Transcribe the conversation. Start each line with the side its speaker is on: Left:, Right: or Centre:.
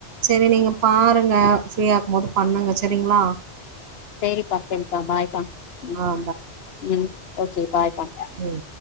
Right: சேரி நீங்க பாருங்க ஃப்ரீயா இருக்கும்போது பண்ணுங்க செரிங்களா
Left: செரிப்பா செரி பாய்க்கா உ
Right: ஆ
Left: உம் ஓகே பாய்பா
Right: உம்